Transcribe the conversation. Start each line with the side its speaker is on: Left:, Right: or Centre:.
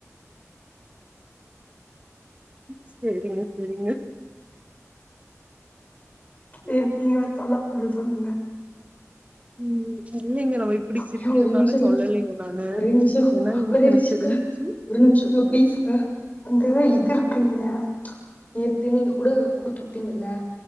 Right: செரிங்க செரிங்க
Left: நீங்க சொல்ல வந்தத சொல்லுங்க
Right: ம் ம் இல்லைங்க நம்ம இப்டி சிரிக்கிறனால
Left: ஐயோ ஒரே நிமிஷ இருங்க
Right: சொல்லலலைங்க நானு
Left: ஒரே நிமிஷ
Right: ஏன்னா இன்னைக்கு
Left: ஒரே
Right: எனக்கு
Left: நிமிஷங்க
Right: தெரிஞ்சு
Left: ஒரு நிமிஷங்க பிளீஸ்ங்க அங்க இது இருக்குலீங்க ச் நேத்து நீங்க கூட குடுத்து உட்டீங்கல்ல